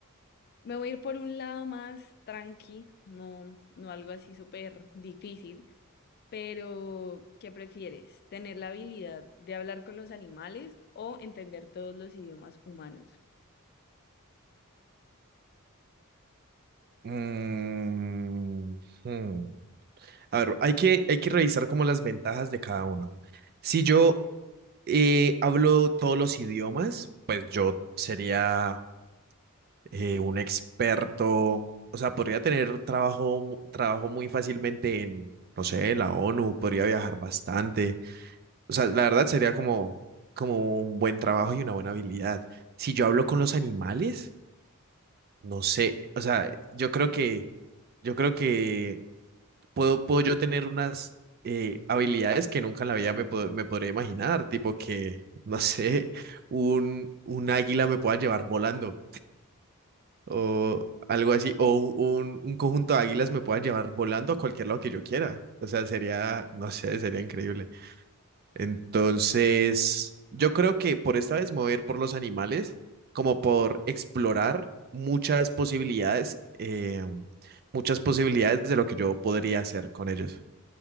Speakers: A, on the left (about 45°); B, on the right (about 45°).
A: me voy a ir por un lado más tranqui, no, no algo así súper difícil. Pero, ¿qué prefieres? ¿Tener la habilidad de hablar con los animales o entender todos los idiomas humanos?
B: Mm, hmm. A ver, hay que, hay que revisar como las ventajas de cada uno. Si yo eh, hablo todos los idiomas, pues yo sería eh, un experto, o sea, podría tener trabajo, mu- trabajo muy fácilmente en, no sé, la ONU, podría viajar bastante, O sea, la verdad sería como, como un buen trabajo y una buena habilidad. Si yo hablo con los animales, no sé. O sea, yo creo que, yo creo que puedo, puedo yo tener unas eh, habilidades que nunca en la vida me, pod- me podría imaginar. Tipo que, no sé, un, un águila me pueda llevar volando o algo así. O un, un conjunto de águilas me pueda llevar volando a cualquier lado que yo quiera. O sea, sería, no sé, sería increíble. Entonces, yo creo que por esta vez mover por los animales, como por explorar muchas posibilidades, eh, muchas posibilidades de lo que yo podría hacer con ellos.